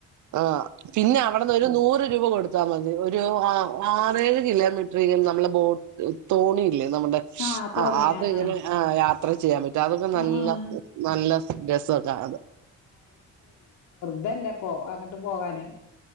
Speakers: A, on the right; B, on the left.
A: ആഹ പിന്നെ അവട്ന്നൊരു നൂറ് രൂപ കൊടുത്താ മതിഒരു ആറേഴ് കിലോമീറ്ററെരും ന്നമ്മളെ ബോട്ട് തോണില്ലേ നമ്മുടെ
B: ആഹ് തോണി
A: ആ അത്ങ്ങനെ
B: ആഹ് ആഹ്
A: ആ യാത്ര ചെയ്യാൻ പറ്റും അതൊക്കെ ന്നല്ല
B: ആഹ് ആഹ്
A: ന്നല്ല രസൊക്കാഅത്
B: ഇതല്ലപ്പോ അങ്ങട്ട് പോകാന്